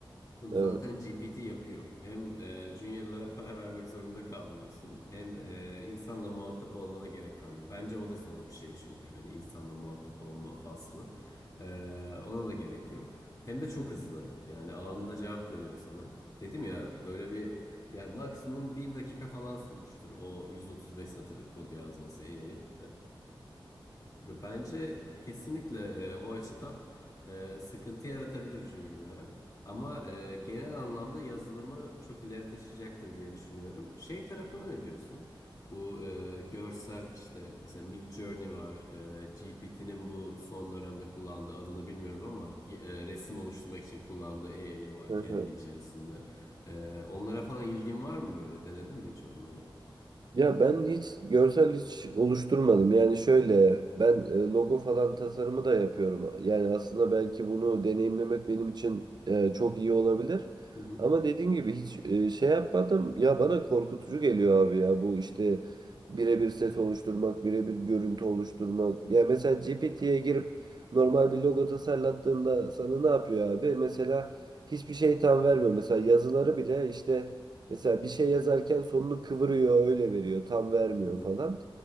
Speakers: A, on the left (about 45°); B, on the right (about 50°).
A: Bunu
B: Evet.
A: zaten GPT yapıyor. Hem e, juniorlara para vermek zorunda kalmıyorsun, hem e, insanla muhatap olmana gerek kalmıyor. Bence o da zor bir şey çünkü hani insanla muhatap olma faslı. E, ona da gerek yok. Hem de çok hızlı. Yani anında cevap veriyor sana. Dedim ya böyle bir yani maksimum bir dakika falan sürmüştür o 135 satırlık kodu yazması AI'ın. E, bence kesinlikle e, o açıdan e, sıkıntı yaratabilir juniorlara. Ama e, genel anlamda yazılımı çok ileri taşıyacaktır diye düşünüyorum. Şey tarafına ne diyorsun? Bu e, görsel işte mesela Midjourney var. GPT'nin bu son dönemde kullandığı adını bilmiyorum ama e, resim oluşturmak için kullandığı AI'yı var
B: Hı
A: kendi
B: hı.
A: içerisinde. E, onlara falan ilgin var mı böyle? Denedin mi hiç onları?
B: Ya ben hiç görsel hiç oluşturmadım. Yani şöyle ben e, logo falan tasarımı da yapıyorum. Yani aslında belki bunu deneyimlemek benim için e, çok iyi olabilir.
A: Hı hı.
B: Ama dediğim gibi hiç e, şey yapmadım. Ya bana korkutucu geliyor abi ya bu işte birebir ses oluşturmak, birebir görüntü oluşturmak. Ya mesela GPT'ye girip normal bir logo tasarlattığında sana ne yapıyor abi? Mesela hiçbir şey tam vermiyor. Mesela yazıları bile işte Mesela bir şey yazarken sonunu kıvırıyor, öyle veriyor, tam vermiyor
A: Hı hı.
B: falan.